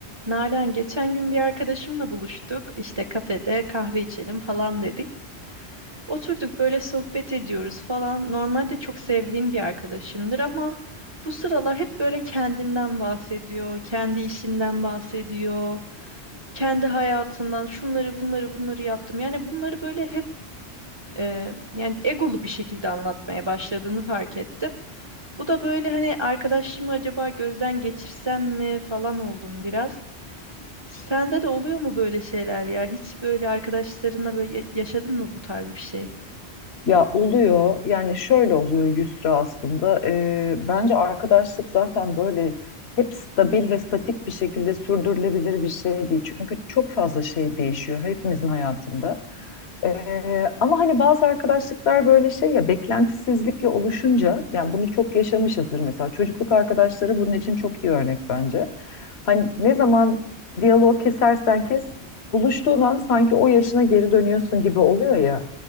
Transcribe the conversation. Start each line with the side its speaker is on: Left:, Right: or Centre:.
Right: Nalan geçen gün bir arkadaşımla buluştuk. İşte kafede kahve içelim falan dedik. Oturduk böyle sohbet ediyoruz falan. Normalde çok sevdiğim bir arkadaşımdır ama bu sıralar hep böyle kendinden bahsediyor, kendi işinden bahsediyor, kendi hayatından şunları bunları bunları yaptım. Yani bunları böyle hep e, yani egolu bir şekilde anlatmaya başladığını fark ettim. Bu da böyle hani arkadaşlığımı acaba gözden geçirsem mi falan oldum biraz. Sende de oluyor mu böyle şeyler ya? Hiç böyle arkadaşlarınla böyle ya- yaşadın mı bu tarz bir şey?
Left: Ya oluyor yani şöyle oluyor Yusra aslında Ee, bence arkadaşlık zaten böyle hep stabil ve statik bir şekilde sürdürülebilir bir şey değil. Çünkü çok fazla şey değişiyor hepimizin hayatında. Ee, ama hani bazı arkadaşlıklar böyle şey ya beklentisizlikle oluşunca yani bunu çok yaşamışızdır mesela çocukluk arkadaşları bunun için çok iyi örnek bence. Hani ne zaman diyaloğu kesersen kes buluştuğun an sanki o yaşına geri dönüyorsun gibi oluyor ya.